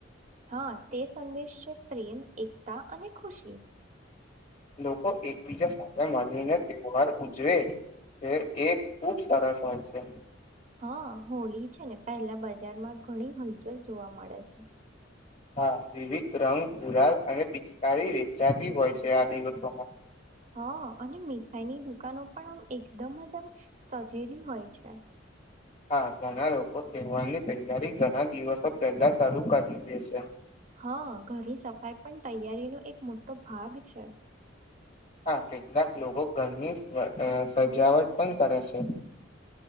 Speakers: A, on the right; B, on the left.
A: હ તે સંદેશ છે પ્રેમ એકતા અને ખુશી
B: લોકો એકબીજા સાથે મળીને તેહવાર ઉજવે એ એક ખુબ સરસ હોય છે
A: હ હોલી છે ને પેલા બજારમા ઘણી હલચલ જોવા મળે છે
B: હા વિવિધ રંગ ગુલાલ અને પિચકાર વેચાતી હોય છે આ દિવસોમા
A: હ અને મીઠાઈની દુકાનો પણ આમ એકદમ જ આમ સજે હોય છે
B: હા ઘણા લોકો તહેવારની તૈયારી ઘણા દિવસો પહેલા શરૂ કરી દે છે
A: હા ઘરની સફાઈ પણ તૈયારીનો એક મોટો ભાગ છે
B: હા કેટલાક લોકો ઘરનીજ અ સજાવટ પણ કરે છે